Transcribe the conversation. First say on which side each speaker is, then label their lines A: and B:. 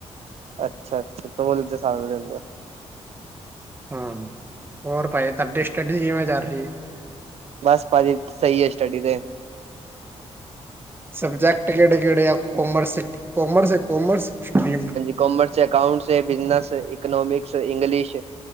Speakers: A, on the right (about 65°); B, on the right (about 20°).
A: ਅੱਛਾ -ਅੱਛਾ ਤੋਲ ਤੇ ਸਾਬ ਨਾਲ ਦੇਂਦੇ ਓ।
B: ਹੂੰ ਹੋਰ ਭਾਜੀ ਤੁਹਾਡੀ ਸੱਟਡੀ ਕਿਵੇਂ ਚਲ ਰਹੀ ਏ
A: ਬਸ ਭਾਜੀ ਸਹੀ ਹੈ ਸਟੱਡੀ ਤੇ
B: ਸਬਜੈਕਟ ਕਿਹੜੇ -ਕਿਹੜੇ ਆ commerce- commerce -commerce stream
A: commerce accounts ਹੈ ਬਿਜਨਸ ਇਕੋਨੋਮਿਕਸ ਇੰਗਲਿਸ਼